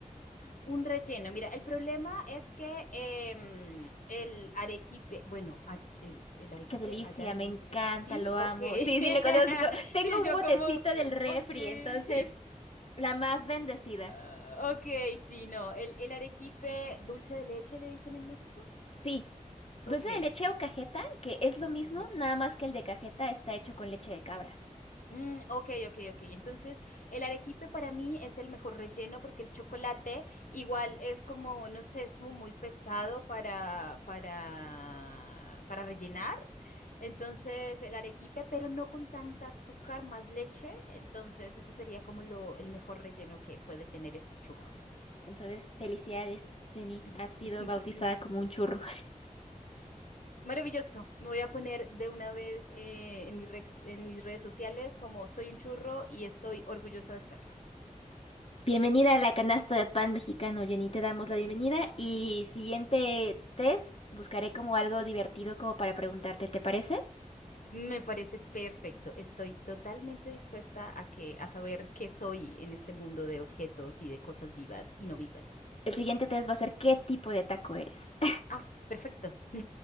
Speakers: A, on the left; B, on the left.
A: Un relleno. Mira, el problema es que em, el arequipe, bueno, a- el, el arequipe
B: Qué delicia,
A: allá le
B: me encanta,
A: dice- sí,
B: lo amo.
A: ok. <laughs>
B: Sí, sí, le conozco. Tengo
A: Sí,
B: un
A: yo
B: botecito
A: como,
B: del refri,
A: ok.
B: entonces,
A: <laughs>
B: la más bendecida.
A: Ah, ok, sí, no. El, el arequipe dulce de leche le dicen en México.
B: Sí, dulce
A: Ok.
B: de leche o cajeta, que es lo
A: Ok,
B: mismo, nada más que el de cajeta está hecho con leche de cabra.
A: Mm, ok, ok, ok. Entonces, el arequipe para mí es el mejor relleno porque el chocolate igual es como, no sé, es como muy pesado para, para, para rellenar. Entonces, el arequipe, pero no con tanta azúcar, más leche. Entonces, eso sería como lo, el mejor relleno que puede tener este churro.
B: Entonces, felicidades, Jenny.
A: <laughs>
B: Has sido bautizada como un churro.
A: Maravilloso. Me voy a poner de una vez eh, en mis rex- en mis redes sociales como soy un churro y estoy orgullosa de serlo.
B: Bienvenida a la canasta de pan mexicano, Jenny. Te damos la bienvenida y siguiente test, buscaré como algo divertido como para preguntarte, ¿te parece?
A: Me parece perfecto. Estoy totalmente dispuesta a que, a saber qué soy en este mundo de objetos y de cosas vivas y no vivas.
B: El siguiente test va a ser qué tipo de taco eres.
A: Ah, perfecto. <laughs>